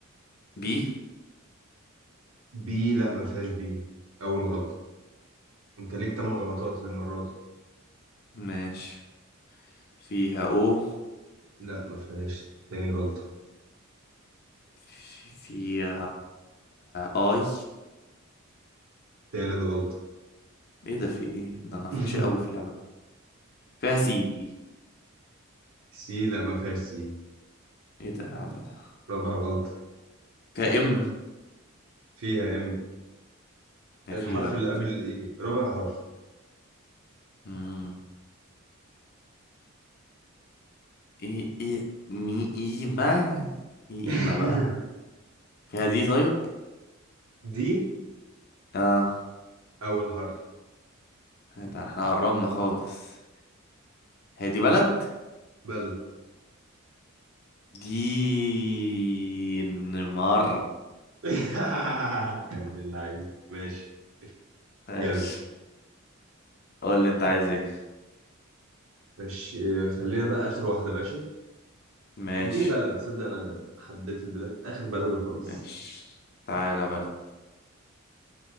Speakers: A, on the left (about 45°); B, on the right (about 70°).
A: بي
B: بي لا ما فيهاش بي اول غلطه انت ليك تمن غلطات المرة دي
A: ماشي فيها أو
B: لا ما فيهاش تاني غلطة
A: في- فيها أي
B: تالت غلطة
A: إيه ده في إيه ده أنا فاشل
B: <laughs>
A: أوي في اللعبة فيها سي
B: سي لا ما فيهاش سي
A: إيه ده يا عم ده
B: رابع غلطة
A: فيها إم
B: فيها ام
A: أخيرا
B: الحرف اللي قبل الايه رابع حرف
A: فين ايه ايه مي ايما ايه ايما
B: <laughs>
A: بقى فيها دي طيب
B: دي
A: اه
B: اول حرف
A: ده احنا قربنا خالص هي دي بلد
B: بلد
A: دينمارك
B: <laughs> يا ابن اللعيبة ماشي
A: ماشي
B: جامد
A: قول اللي انت عايز ايه
B: ماشي اه، خلينا بقى اخر واحدة ماشي
A: ماشي
B: اديني بلد تصدق انا حبيت البلاد اخر بلد وخلاص
A: ماشي تعالى بلد